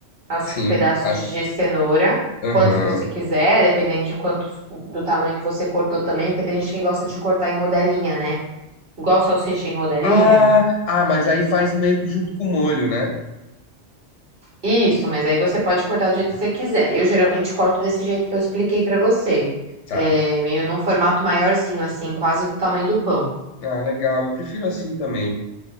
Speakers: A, on the right; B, on the left.
A: As
B: Sim.
A: pedaços
B: As...
A: de cenoura,
B: Uhum.
A: quantos você quiser, dependendo de quanto do tamanho que você cortou também, porque tem gente que gosta de cortar em rodelinha, né? Igual salsicha em rodelinha.
B: Ah, ah, mas aí faz meio que junto com o molho, né?
A: Isso, mas aí você pode cortar do jeito que você quiser. Eu geralmente corto desse jeito que eu expliquei pra você,
B: Tá.
A: é, meio num formato maiorzinho, assim, quase do tamanho do pão.
B: Ah, legal. Eu prefiro assim também.